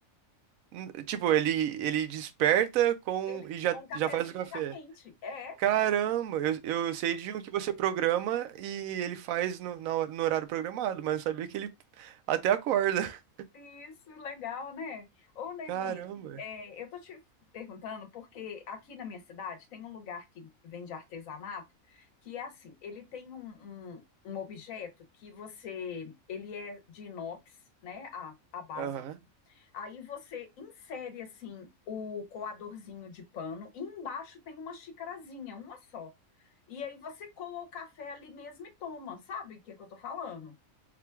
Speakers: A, on the right; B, on the left.
A: N- Tipo, ele, ele desperta com
B: ele
A: e já,
B: com um cafezinho
A: já faz o café.
B: já quente. É.
A: Caramba, eu, eu sei de um que você programa e ele faz no, na hora- no horário programado, mas não sabia que ele até acorda. <laughs>
B: Isso, legal, né? Ô, Levi,
A: Caramba.
B: é, eu tô te perguntando porque aqui na minha cidade tem um lugar que vende artesanato que é assim, ele tem um, um, um objeto que você, ele é de inox, né? A, a base
A: Aham.
B: dele. Aí você insere assim o coadorzinho de pano e embaixo tem uma xicarazinha, uma só. E aí você coa o café ali mesmo e toma, sabe o que é que eu tô falando?